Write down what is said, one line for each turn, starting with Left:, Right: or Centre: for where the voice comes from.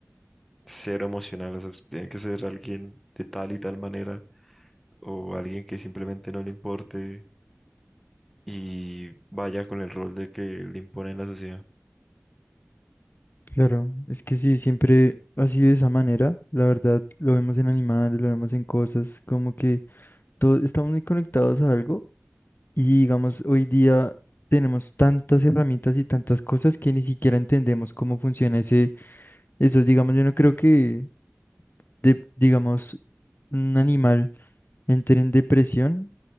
Centre: cero emocional, o sea, usted tiene que ser alguien de tal y tal manera o alguien que simplemente no le importe y vaya con el rol de que le impone en la sociedad.
Left: Claro, es que sí, siempre ha sido de esa manera. La verdad, lo vemos en animales, lo vemos en cosas, como que todo, estamos muy conectados a algo Y digamos, hoy día tenemos tantas herramientas y tantas cosas que ni siquiera entendemos cómo funciona ese, eso. Digamos, yo no creo que, de- digamos, un animal entre en depresión